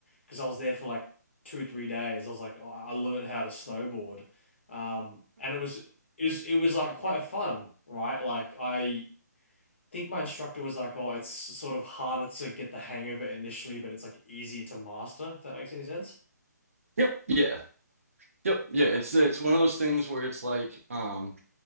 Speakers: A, on the left; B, on the right.
A: because I was there for like two three days I was like I I learned how to snowboard um and it was it was it was like quite fun right like I think my instructor was like oh it's sort of harder to get the hang of it initially but it's like easier to master if that makes any sense
B: yep, yeah, yep, yeah. It's it's one of those things where it's like, um.